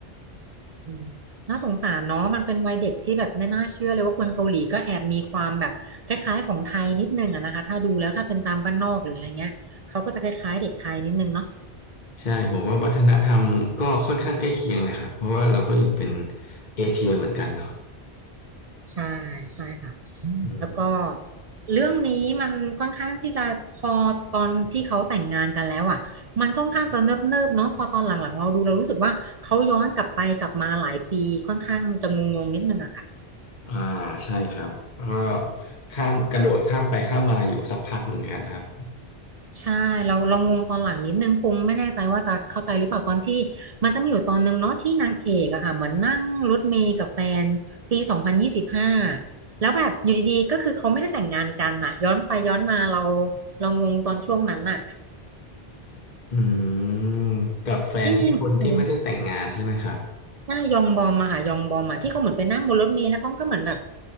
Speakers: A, on the right; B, on the left.
A: อืมน่าสงสารเนาะมันเป็นวัยเด็กที่แบบไม่น่าเชื่อเลยว่าคนเกาหลีก็แอบมีความแบบคล้ายๆของไทยนิดนึงอะนะคะถ้าดูแล้วถ้าเป็นตามบ้านนอกหรืออะไรเงี้ยเขาก็จะคล้ายๆเด็กไทยนิดนึงเนาะ
B: ใช่ผมว่าวัฒนธรรมก็ค่อนข้างใกล้เคียงเลยครับเพราะว่าเราก็อยู่เป็นเอเชียเหมือนกันเนาะ
A: ใช่ใช่ค่ะ
B: อืม
A: แล้วก็เรื่องนี้มันค่อนข้างที่จะพอตอนที่เขาแต่งงานกันแล้วอ่ะมันค่อนข้างจะเนิบๆเนาะพอตอนหลังๆเราดูเรารู้สึกว่าเขาย้อนกลับไปกลับมาหลายปีค่อนข้างจะงงๆนิดนึงอะค่ะ
B: อ่าใช่ครับก็ข้ามกระโดดข้ามไปข้ามมาอยู่สักพักเหมือนกันครับ
A: ใช่เราเรางงตอนหลังนิดนึงพงไม่แน่ใจว่าจะเข้าใจหรือเปล่าตอนที่มันจะมีอยู่ตอนนึงเนาะที่นางเอกอะค่ะเหมือนนั่งรถเมล์กับแฟนปีสองพันยี่สิบห้าแล้วแบบอยู่ดีๆก็คือเขาไม่ได้แต่งงานกันน่ะย้อนไปย้อนมาเราเรางงตอนช่วงนั้นน่ะ
B: อืมกับแฟนที่คนที่ไม่ได้แต่งงานใช่ไหมครับ
A: ที่มีเหมือนคนหน้ายองบอมอะค่ะยองบอมอะที่เขาเหมือนไปนั่งบนรถเมล์แล้วเขาก็เหมือนแบบ